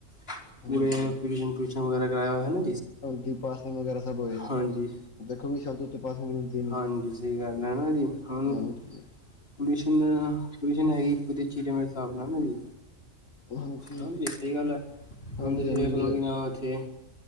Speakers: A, on the left; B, on the left.
A: <unintelligible>
B: ਹਾਂਜੀ,
A: ਟਿਊਸ਼ਨ ਵਗੈਰਾ ਕਰਾਇਆ ਹੈਾਨਾ
B: ਹਾਂਜੀ ਪਾਸਨਿੰਗ ਵਗੈਰਾ ਸਭ ਹੋਏ
A: ਹਾਂਜੀ
B: ਦੇਖੋ ਵੀ ਸ਼ਬ ਤੋਂ ਉੱਤੇ ਪਾਸਿਗ ਮਿਲਦੀ ਨ
A: ਹਾਂਜੀ ਸਹੀ ਗੱਲ ਹੈ ਨਾ ਜੀ ਹੁਣ
B: ਹਾਂਜੀ
A: ਪੋਲਿਊਸ਼ਨ ਪੋਲਿਊਸ਼ਨ ਹੈਗੀ ਚੀਰੇ ਮੇਰੇ ਹਿਸਾਬ ਨਾਲ ਨਾ ਜੀ
B: ਹਾਂਜੀ,
A: ਹਾਂ
B: ਹਾਂਜੀ,
A: ਵੀ ਸਹੀ ਗੱਲ ਹੈ
B: ਹਾਂਜੀ
A: ਹੁਣ ਤੁਸੀਂ ਵੇਖਲਓ ਕਿ ਨਾ ਇੱਥੇ